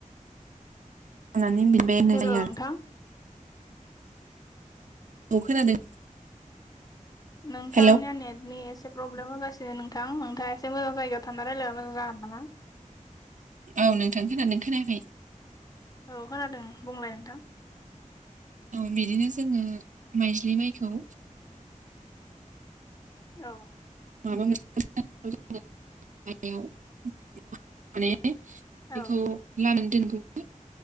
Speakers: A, on the right; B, on the left.
A: होनानै बिबाय होननाय
B: हेल
A: जायो
B: नोंथां।
A: औ खोनादों।
B: नोंथांनिया
A: हेलौ
B: नेटनि एस। एसे प्रब्लेम होगासिनो नोंथां नोंथांङा एसे मोजां जायगायाव थाना रायलायबा मोजां जागोन नामा।
A: औ नोंथां खोनादों ना खोनायाखै।
B: औ खोनादों बुंलाय नोंथां।
A: औ बिदिनो जोंङो माइज्लि माइखौ।
B: औ।
A: माबा मोनसेे <inaudible> <inaudible> ए
B: औ
A: बेखौ लानानै दोनगौमोन